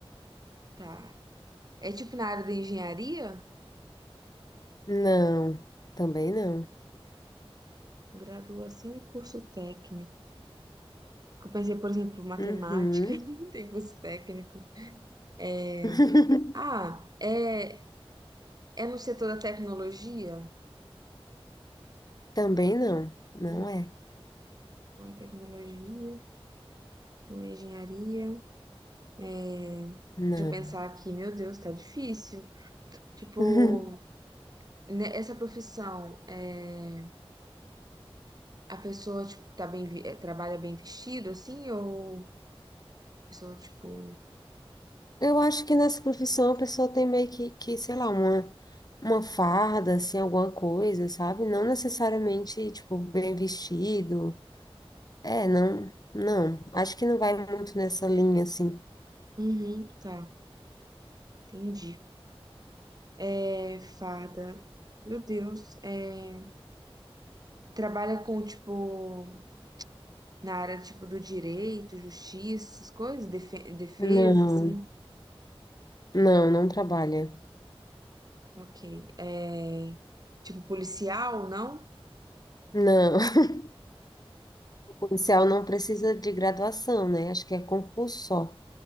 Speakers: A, on the right (about 40°); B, on the left (about 40°).
A: tá. É tipo na área da engenharia?
B: Não, também não.
A: Graduação e curso técnico. Eu pensei, por exemplo, matemática,
B: Uhum.
A: <laughs> tem curso técnico. É,
B: <laughs>
A: ah, é, é no setor da tecnologia?
B: Também não, não
A: Hum,
B: é.
A: Não é tecnologia, não é engenharia. É,
B: Não.
A: deixa eu pensar aqui, meu Deus, tá difícil. Tipo,
B: <laughs>
A: né, essa profissão, é, a pessoa, tipo, tá bem, vi- é, trabalha bem vestido, assim, ou a pessoa, tipo...
B: Eu acho que nessa profissão a pessoa tem meio que, que sei lá, uma, uma farda, assim, alguma coisa, sabe? Não necessariamente, tipo, bem vestido. É, não, não. Acho que não vai muito nessa linha, assim.
A: Uhum, tá, entendi. É, farda, meu Deus, é, trabalha com, tipo, na área, tipo, do direito, justiça, essas coisas, defe- defesa,
B: Não,
A: assim,
B: não, não trabalha.
A: ok. É, tipo, policial, não?
B: Não. <laughs> O policial não precisa de graduação, né? Acho que é concurso só.